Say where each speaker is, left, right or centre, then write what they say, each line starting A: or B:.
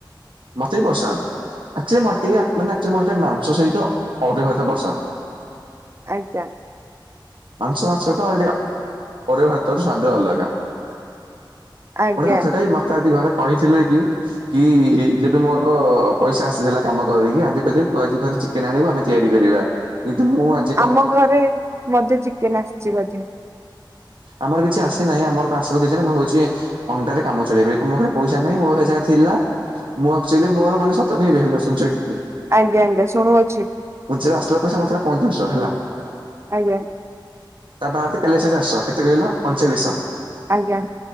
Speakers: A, on the right; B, on the right.
A: ମତେ ବି ପସନ୍ଦ ଅଚୁଆଲି ମୋତେ ଟିକେ ମାନେ ଅଚୂଆଲି ମାଂସ ସହିତ ଅରୁଆ ଭାତ ପସନ୍ଦ।
B: ଆଜ୍ଞା।
A: ମାଂସ ମାସ ସହିତ ଏଡିଅ, ପରିବା ଭାତରୁ ସ୍ଵାଦ ଅଲଗା।
B: ଆଜ୍ଞା
A: ଗୋଟେ କଥା କହିବି, ମତେ ଆଜି ଘରେ କହିଥିଲେ କି? କି ଯେବେ ମୋର ପଇସା ଆସିଥିଲା କାମ କରିକି ଆଦି ପାଦି ପ୍ରୟୋଜ କରିଚି। ଚିକେନ୍ ଆଣିବୁ ଆମେ ତିଆରି କରିବା, କିନ୍ତୁ ମୁଁ ଆଜ୍
B: ଆମ ଘରେ ମଧେ ଚିକେନ୍ ଆସିଚି ବୋଧେ।
A: ଆମର କିଛି ଆସି ନାଇଁ, ଆମ ଘରକୁ ଆସିବ କିଏ ଜଣେ, ମୁଁ ବଇଚି। ଅଣ୍ଡାରେ କାମ ଚଳେଇବେ ଏକ୍ ମୋ ପାଖରେ ପଇସା ନାଇଁ, ମୋ ପାଖରେ ଯାହା ଥିଲା। ମୁଁ ଆକ୍ଚୁଆଲି ମୋର ମାନେ ଶତ କଇବି, <inaudible>
B: ଆଜ୍ଞା ଆଜ୍ଞା, ଶୁଣୁ ଅଛି।
A: ପୁନ୍ଚରୁି ଆସିଲା ପରେ, ମୋ ପାଖେଥିଲା ପଂଇଚାଳିଶି ଟଙ୍କା, ହେଲା।
B: ଆଜ୍ଞା।
A: ତା ବାଆତ୍ କାଲି ହେଇଥିଲା ଚାରିଶହ, କେତେ କହିଲ? ଅଣଚାଳିଶିଶହ।
B: ଆଜ୍ଞା।